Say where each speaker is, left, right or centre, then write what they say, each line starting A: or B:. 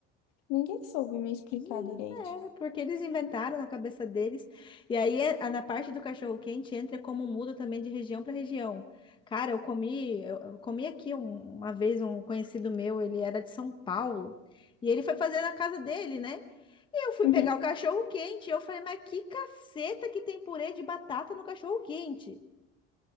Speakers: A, on the left; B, on the left.
A: Ninguém soube me explicar
B: Sim,
A: direito.
B: é, porque eles inventaram na cabeça deles. E aí, é- a- na parte do cachorro-quente, entra como muda também de região para região. Cara, eu comi, eu eu comi aqui um- uma vez um conhecido meu, ele era de São Paulo, e ele foi fazer na casa dele, né? E eu fui
A: Uhum.
B: pegar o cachorro-quente, e eu falei, mas que caceta que tem purê de batata no cachorro-quente?